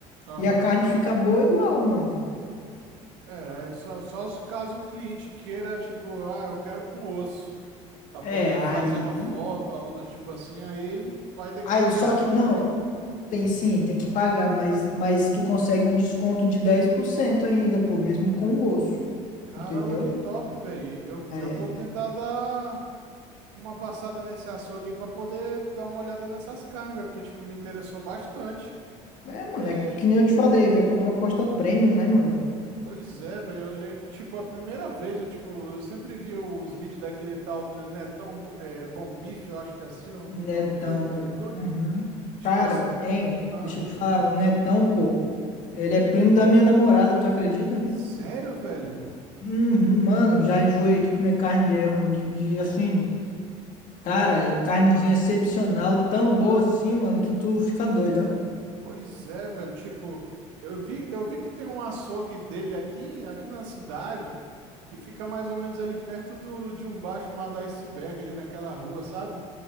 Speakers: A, on the right; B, on the left.
A: aham.
B: E a carne fica boa igual, mano.
A: É, aí só, só se caso o cliente queira, tipo, ah, eu quero com osso, pra
B: É,
A: poder
B: aí,
A: fazer uma foto, algo do tipo assim, aí ele vai ter
B: aí,
A: que pagar
B: só
A: de qualquer
B: que, não.
A: jeito, né?
B: Tem sim, tem que pagar, mas, mas tu consegue um desconto de 10% ainda, pô, mesmo com o osso,
A: Caramba,
B: entendeu?
A: que top, velho. Eu,
B: É,
A: eu vou tentar dar. uma passada nesse açougue aí pra poder dar uma olhada nessas carnes, velho, porque, tipo, me interessou bastante.
B: é, mano,
A: É,
B: é que, que nem eu te falei, veio com a proposta premium, né, mano?
A: pois é, velho, eu- eu- tipo, a primeira vez, eu, tipo, eu sempre via os vídeos daquele tal de Netão Bo- é, Bom Bife, eu acho que é assim o nome
B: Netão,
A: dele no YouTube.
B: uhum.
A: Tipo,
B: Cara,
A: eu, s-
B: hein,
A: ah,
B: deixa eu te falar, o Netão, pô, ele é primo da minha namorada, tu acredita?
A: sério, velho?
B: Uhum, mano, já enjoei de comer carne dele, ó, mano, de, de, assim, cara, é carnezinha excepcional, tão boa assim, mano, que tu fica doido, ó.
A: Pois é, velho, tipo, eu vi, eu vi que tem um açougue dele aqui, aqui na cidade, que fica mais ou menos ali perto do, de um bar chamado Iceberg, ali naquela rua, sabe?